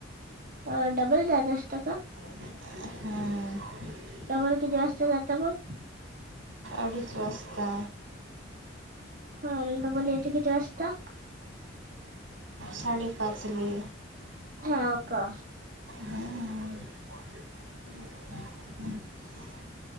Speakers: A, on the right; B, on the right.
A: अ डबल द्याच असत का?
B: ह <unintelligible> हम्म.
A: त्यामर कितीे वाजत जाता मग?
B: अडीच वाजता.
A: हां डबल येते किती वाजता?
B: साडे पाचले,
A: हाव का
B: हम्म. <unintelligible>